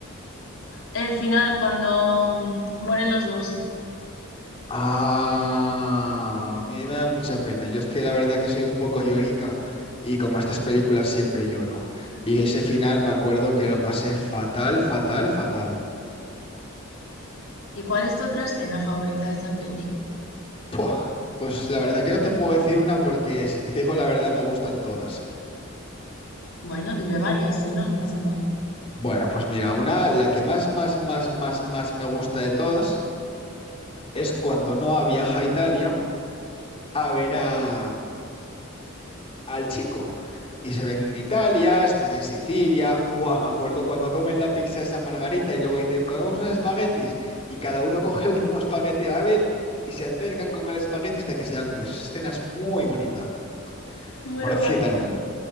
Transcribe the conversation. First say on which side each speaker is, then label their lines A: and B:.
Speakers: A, on the left; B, on the left.
A: El final, cuando mm, mueren los dos.
B: Ah, a mí me da mucha pena. Yo es que la verdad que soy un poco llorica y con estas películas siempre lloro. Y ese final me acuerdo que lo pasé fatal, fatal, fatal.
A: ¿Y cuál es tu otra escena favorita de esa peli?
B: Puah, Pues la verdad que no te puedo decir una porque si te digo la verdad me gustan todas.
A: Bueno, dime varias, si no, no pasa nada.
B: Bueno, pues mira, una, la que más, más, más, más, más me gusta de todas es cuando Noah viaja a Italia a ver a, al chico. Y se ven en Italia, están en Sicilia. Buah, me acuerdo cuando comen la pizza esa margarita y luego dicen, comemos unos espaguetis. Y cada uno <laughs> coge el último espagueti a la vez y se acercan con el espagueti hasta que se dan un beso. Escena es muy bonita,
A: Muy
B: por
A: romántica.
B: decírtelo.